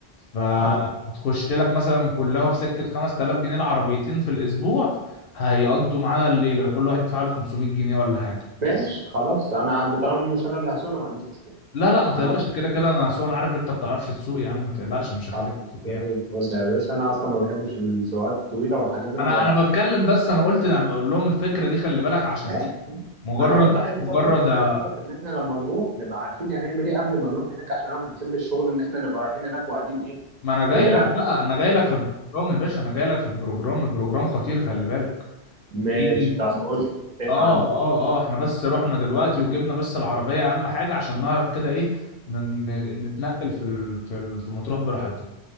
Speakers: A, on the left (about 65°); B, on the right (about 45°).
A: فهتخش
B: اه
A: لك مثلا كلها في سكة 5000 جنيه العربيتين في الاسبوع هيقضوا معانا الليله كل واحد يدفع له 500 جنيه ولا حاجه
B: ماشي خلاص انا طالما مش انا اللي هسوق انا ما عنديش مشكلة
A: لا لا ما تقلقش
B: انا
A: كده كده انا سوق انا عارف انت ما بتعرفش تسوق يا عم ما تقلقش مش هخليك
B: عارف
A: تسوق
B: زي
A: يعني
B: الفل يا باشا انا اصلا ما بحبش السواقات الطويله والحاجات دي انا
A: انا
B: ب...
A: انا بتكلم بس انا قلت نعم اقول لهم الفكره دي خلي بالك عشان
B: ماشي.
A: ايه مجرد
B: انا برضه عايز اظبط
A: مجرد
B: عايز
A: آه،
B: اظبط ان احنا لما نروح نبقى عارفين هنعمل ايه قبل ما نروح هناك عشان انا ما بحبش الشغل ان احنا نبقى رايحين هناك وقاعدين ايه
A: ما انا جاي
B: ايه ده
A: لك بقى انا جاي لك في البروجرام يا باشا انا جاي لك في البروجرام البروجرام خطير خلي بالك
B: ماشي
A: في
B: طب قول لي إنت ايه
A: اه
B: اللي عندك
A: اه اه احنا بس رحنا دلوقتي وجبنا بس العربيه اهم حاجه عشان نعرف كده ايه من نتنقل في ال... في ال... في مطروح براحتنا